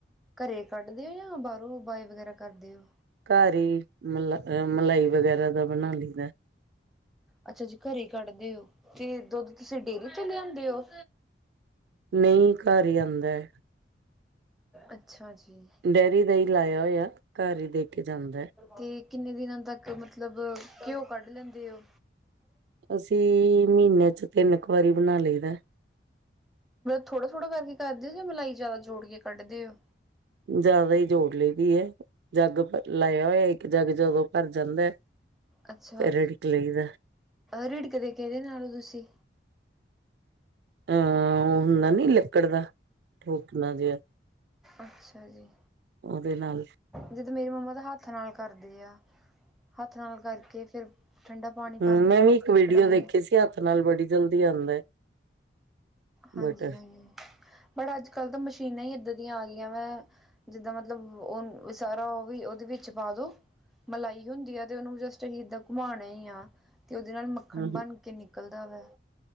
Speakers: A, in the centre; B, on the right (about 65°).
A: ਘਰੇ ਕੱਢਦੇ ਆਂ, ਬਾਹਰੋਂ ਬਾਏ ਵਗੈਰਾ ਕਰਦੇ ਓ?
B: ਘਰ ਹੀ, ਮਲਾ ਅ ਮਲਾਈ ਵਗੈਰਾ ਦਾ ਬਨਾ ਲਈਦਾ।
A: ਅੱਛਾ ਜੀ ਘਰੇ ਕੱਢਦੇ ਹੋ ਤੇ ਦੁੱਧ ਤੁਸੀਂ ਡੇਅਰੀ ਤੋਂ ਲਿਆਂਦੇ ਹੋ?
B: ਨਹੀਂ ਘਰ ਹੀ ਆਂਦਾ ਐ।
A: ਅੱਛਾ ਜੀ।
B: ਡੇਅਰੀ ਦਾ ਹੀ ਲਾਇਆ ਹੋਇਆ, ਘਰ ਹੀ ਦੇ ਕੇ ਜਾਂਦਾ ਐ।
A: ਤੇ ਕਿੰਨੇ ਦਿਨਾਂ ਤੱਕ ਮਤਲਬ ਘਿਓ ਕੱਢ ਲੈਂਦੇ ਓ?
B: ਅਸੀਂ ਮਹੀਨੇ ਚ ਤਿੰਨ ਕੁ ਵਾਰੀ ਬਨਾ ਲਈਦਾ।
A: ਥੋੜਾ ਥੋੜਾ ਕਰਕੇ ਕਰਦੇ ਹੋ ਜਾਂ ਮਲਾਈ ਜ਼ਿਆਦਾ ਜੋੜ ਕੇ ਕੱਢਦੇ ਹੋ
B: ਜ਼ਿਆਦਾ ਹੀ ਜੋੜ ਲੈਂਦੀ ਹੈ ਜੱਗ ਲਾਇਆ ਹੋਇਆ ਇੱਕ ਜੱਗ ਜਦੋਂ ਭਰ ਜਾਂਦਾ,
A: ਅੱਛਾ
B: ਪਰੇ ਲਈਦਾ
A: ਰਿੜਕਦੇ ਕਿਹਦੇ ਨਾਲੋਂ ਤੁਸੀਂ
B: ਅਹ ਉਹ ਹੁੰਦਾ ਨੀ ਲੱਕੜ ਦਾ ਠੋਕਣਾ ਜਿਹਾ
A: ਅੱਛਾ ਜੀ,
B: ਉਹਦੇ ਨਾਲ
A: ਜਦੋਂ ਮੇਰੀ ਮੰਮਾ ਦਾ ਹੱਥ ਨਾਲ ਕਰਦੇ ਆ। ਹੱਥ ਨਾਲ ਕਰਕੇ, ਫੇਰ ਠੰਡਾ ਪਾਣੀ
B: ਹੂੰ
A: ਪਾਂਦੇ
B: ਮੈਂ
A: ਆ ਮੱਖਣ
B: ਵੀ ਇੱਕ ਵੀਡੀਓ
A: ਕਢਾਉਣ
B: ਦੇਖੀ ਸੀ ਹੱਥ ਨਾਲ ਬੜੀ ਜਲਦੀ ਆਂਦਾ
A: ਹਾਂਜੀ-ਹਾਂਜੀ,
B: ਬਟਰ
A: ਬਟ ਅੱਜ-ਕੱਲ੍ਹ ਤਾਂ ਮਸ਼ੀਨਾਂ ਹੀ ਇੱਦਾਂ ਦੀਆਂ ਆ ਗਈਆਂ ਵਾ ਜਿੱਦਾਂ ਮਤਲਬ, ਓ ਸਾਰਾ ਓ, ਉਹਦੇ ਵਿੱਚ ਪਾ ਦੋ। ਮਲਾਈ ਹੁੰਦੀ ਆ ਤੇ ਉਹਨੂੰ ਜਸਟ ਈਦਾਂ ਘੁਮਾਨਾ ਈ ਆ ਤੇ ਉਹਦੇ ਨਾਲ ਮੱਖ ਖਨ
B: ਹੂੰ
A: ਬਨ ਕੇ ਨਿਕਲਦਾ ਵਾ।